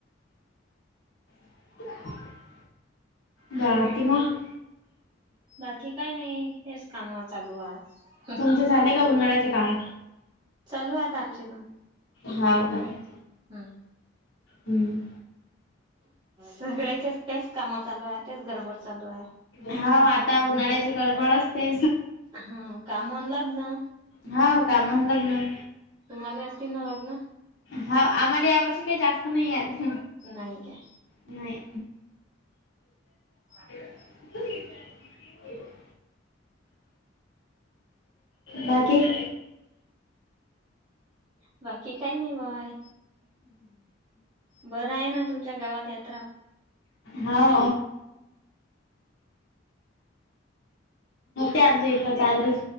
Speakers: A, on the left; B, on the right.
A: <inaudible> बाकी मग?
B: बाकी काही नाही, हेच काम चालू आहे आज.
A: तुमचे झाले का उन्हाळ्याचे काम?
B: चालू आहे आता आमचे पण.
A: हाव काय?
B: हम्म.
A: हम्म.
B: सगळ्याच्या तेच काम चालू आहे, तेच गडबड चालू आहे.
A: हा आता उन्हाळ्याची गळबड असते.
B: हा कामाला लाग ना?
A: हाव कामाला लागणार.
B: तुम्हाला असतील ना लग्न?
A: हा, आम्हाला यावर्षी काही जास्त नाहीयेत.
B: नाही काय?
A: नाही.
B: <inaudible>
A: <inaudible> बाकी? <inaudible>
B: बाकी काही नाही बाय. बरं आहे ना, तुमच्या गावात यात.
A: हो. आमचं इथ चालूच